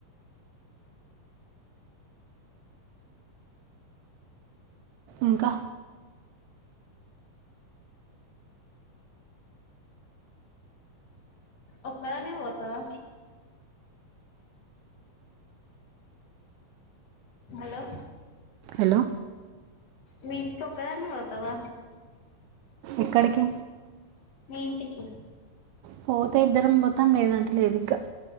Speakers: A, on the right; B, on the left.
A: ఇంకా
B: ఒకదానివే పోతావా హలో
A: హలో
B: మీ ఇంటికి ఒకదానివే పోతవా
A: ఎక్కడికి
B: మీ ఇంటికి
A: పోతే ఇద్దరం పోతాం లేదంటె లేదు ఇంగ